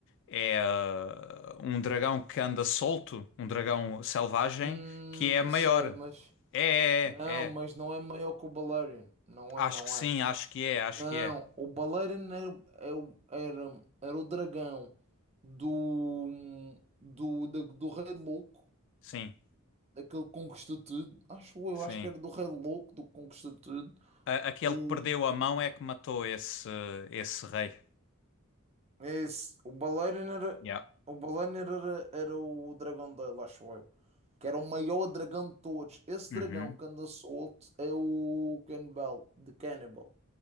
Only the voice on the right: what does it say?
Hum,
eu
sei, mas.
Não,
mas
não é maior que o Balerion. Não
é, não
é.
Não,
o baleirão era, é era, era o dragão do, do, da- do, Rei Louco,
aquele que conquistou tudo. Acho eu,
acho que era do Rei Louco do que conquistou tudo.
O,
é esse, o baleirão era,
o baleirão era, era o dragão dele, acho eu. Que era o maior dragão de todos. Esse
dragão que anda solto é o Cannibal, de Cannibal.